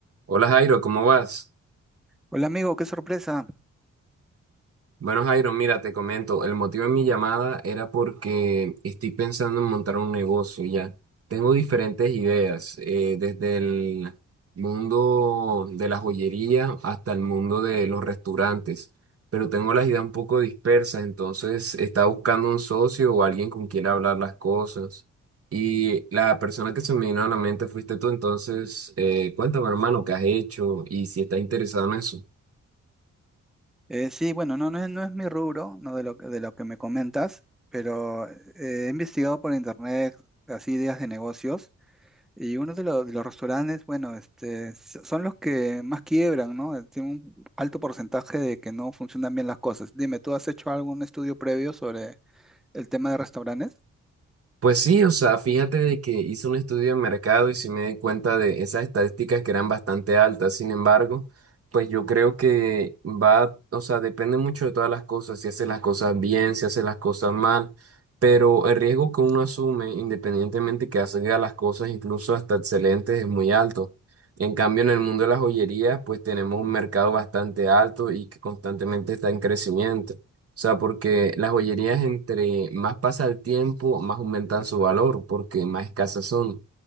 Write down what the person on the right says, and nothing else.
Hola Jairo, ¿cómo vas?
Bueno Jairo, mira, te comento, el motivo de mi llamada era porque estoy pensando en montar un negocio ya. Tengo diferentes ideas, eh, desde el mundo de la joyería hasta el mundo de los restaurantes, pero tengo las ideas un poco dispersas, entonces estaba buscando un socio o alguien con quien hablar las cosas. Y la persona que se me vino a la mente fuiste tú, entonces eh, cuéntame hermano, ¿qué has hecho y si estás interesado en eso?
Pues sí, o sea, fíjate de que hice un estudio de mercado y sí me di cuenta de esas estadísticas que eran bastante altas. Sin embargo, pues yo creo que va, o sea, depende mucho de todas las cosas, si hace las cosas bien, si hace las cosas mal, pero el riesgo que uno asume, independientemente que haga las cosas incluso hasta excelentes, es muy alto. En cambio, en el mundo de las joyerías, pues tenemos un mercado bastante alto y que constantemente está en crecimiento. O sea, porque las joyerías entre más pasa el tiempo, más aumentan su valor, porque más escasas son